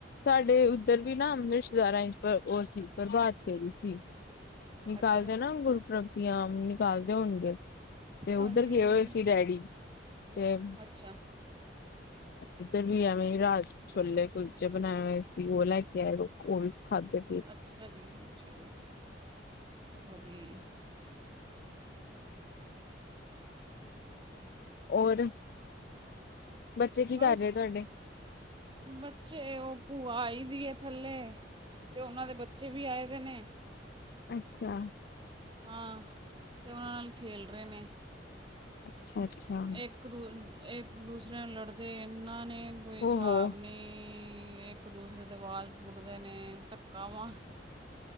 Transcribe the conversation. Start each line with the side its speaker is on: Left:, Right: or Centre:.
Left: ਸਾਡੇ ਉੱਧਰ ਵੀ ਨਾ ਰਿਸ਼ਤੇਦਾਰਾਂ ਚ ਪਰ ਉਹ ਸੀ ਪ੍ਰਭਾਤ ਫੇਰੀ ਸੀ। ਨਿਕਾਲਦੇ
Right: ਅੱਛਾ
Left: ਨਾ ਗੁਰਪੁਰਬ ਦੀਆਂ, ਨਿਕਾਲਦੇ ਹੋਣਗੇ। ਤੇ
Right: ਹਾਂਜੀ
Left: ਉੱਧਰ ਗਏ
Right: ਹਾਂਜੀ
Left: ਹੋਏ ਸੀ ਡੈਡੀ ਤੇ,
Right: ਅੱਛਾ
Left: ਇਧਰ ਵੀ ਐਵੇਂ ਰਾਤ ਛੋਲੇ ਕੁਲਚੇ ਬਣਾਏ ਹੋਏ ਸੀ ਉਹ ਲੈ ਕੇ ਆਏ ਉਹ <unintelligible> ਪੀ
Right: ਅੱਛਾ ਜੀ ਅੱਛਾ ਜੀ, ਵਧੀਆ,
Left: ਔਰ, ਬੱਚੇ ਕੀ
Right: ਬਸ
Left: ਕਰ ਰਹੇ ਤੁਹਾਡੇ?
Right: ਬੱਚੇ ਉਹ ਭੂਆ ਆਈ ਦੀ ਹੈ। ਥੱਲੇ ਤੇ ਉਹਨਾਂ ਦੇ ਬੱਚੇ ਵੀ ਆਏ ਦੇ ਨੇ,
Left: ਅੱਛਾ,
Right: ਹਾਂ ਤੇ ਉਹਨਾਂ ਨਾਲ ਖੇਲ ਰਹੇ ਨੇ,
Left: <inaudible> ਅੱਛਾ
Right: ਇੱਕ ਦੂ ਇੱਕ ਦੂਸਰੇ ਨਾਲ ਲੜਦੇ ਇਨਾਂ ਨੇ, ਕੋਈ ਹਿਸਾਬ
Left: ਓ ਹੋ।
Right: ਨੀ, ਇੱਕ ਦੂਸਰੇ ਦੇ ਵਾਲ ਪੁੱਟਦੇ ਨੇ ਧੱਕਾ ਮਾਰ,